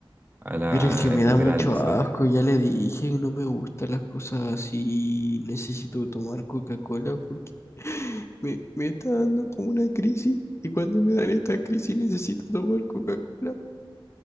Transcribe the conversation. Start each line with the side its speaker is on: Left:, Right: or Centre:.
Right: a la
Left: Pero es que me
Right: enfermera
Left: da mucho
Right: del mesón.
Left: asco, ya le dije, no me gustan las cosas así. Necesito tomar Coca-Cola porque <laughs> me, me está dando como una crisis. Y cuando me dan esta crisis necesito tomar Coca-Cola.